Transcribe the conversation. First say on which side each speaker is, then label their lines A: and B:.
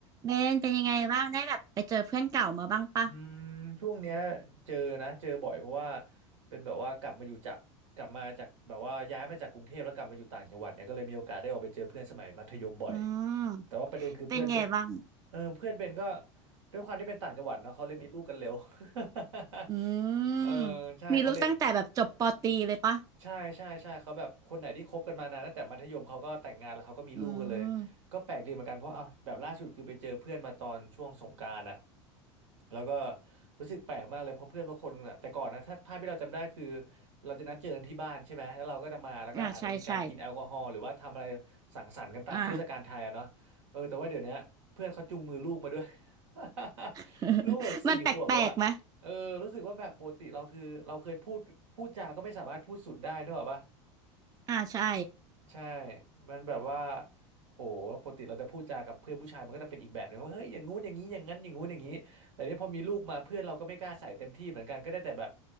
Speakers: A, on the right; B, on the right.
A: เบนเป็นยังไงบ้างได้แบบไปเจอเพื่อนเก่ามาบ้างปะ
B: อืมช่วงเนี้ยเจอนะเจอบ่อยเพราะว่าเป็นแบบว่ากลับมาอยู่จากกลับมาจากแบบว่าย้ายมาจากกรุงเทพแล้วกลับมาอยู่ต่างจังหวัดเนี่ยก็เลยมีโอกาสได้ออกไปเจอเพื่อนสมัยมัธยมบ่อย
A: อืม
B: แต่ว่าประเด็นคือเพื่อนเบน
A: เป็นไงบ้าง
B: เออเพื่อนเบนก็ด้วยความที่เป็นต่างจังหวัดเนาะเขาเลยมีลูกกันเร็ว <laughs>
A: อืม
B: เออใช่เขาเลย
A: มีลูกตั้งแต่แบบจบปอตรีเลยปะ
B: ใช่ใช่ใช่เขาแบบคนไหนที่คบกันมานานตั้งแต่มัธยมเขาก็แต่งงานแล้วเขาก็มีลูกกันเลย
A: อืม
B: ก็แปลกดีเหมือนกันเพราะอ่ะแบบล่าสุดคือไปเจอเพื่อนมาตอนช่วงสงกรานต์อ่ะแล้วก็รู้สึกแปลกมากเลยเพราะเพื่อนบางคนน่ะแต่ก่อนนะถ้าภาพที่เราจำได้คือเราจะนัดเจอกันที่บ้านใช่ไหมแล้วเราก็จะมาแล้วก็อาจจะมีการกินแอลกอฮอล์หรือว่าทำอะไร
A: อ่าใช่ใช่
B: สังสรรค์กันตามเทศกาลไทยอะเนาะเออแต่ว่าเดี๋ยวเนี้ยเพื่อนเขาจูงมือลูกมาด้วย
A: อ่า
B: <laughs>
A: <laughs>
B: ลูกแบบสี่ขวบแล้วอะ
A: มันแปลกๆไหม
B: เออรู้สึกว่าแบบปกติเราคือเราเคยพูดพูดจาก็ไม่สามารถพูดสุดได้นึกออกปะ
A: อ่าใช่
B: ใช่มันแบบว่าโหปกติเราจะพูดจากับเพื่อนผู้ชายมันก็จะเป็นอีกแบบหนึงว่าเฮ้ยอย่างงู้นอย่างนี้อย่างนั้นอย่างงู้นอย่างนี้แต่เนี่ยพอมีลูกมาเพื่อนเราก็ไม่กล้าใส่เต็มที่เหมือนกันก็ได้แต่แบบ